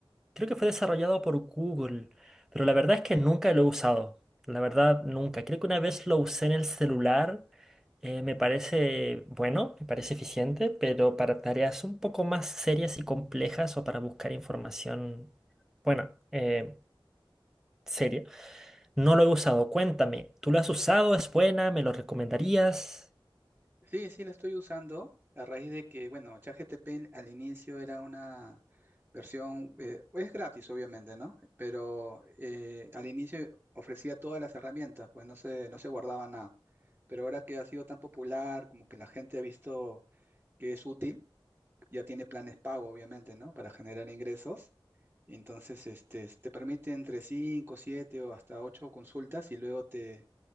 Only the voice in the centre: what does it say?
Creo que fue desarrollado por Google, pero la verdad es que nunca lo he usado. La verdad, nunca. Creo que una vez lo usé en el celular. eh, me parece bueno, me parece eficiente, pero para tareas un poco más serias y complejas o para buscar información, bueno, eh, seria, no lo he usado. Cuéntame, ¿tú lo has usado? ¿Es buena? ¿Me lo recomendarías?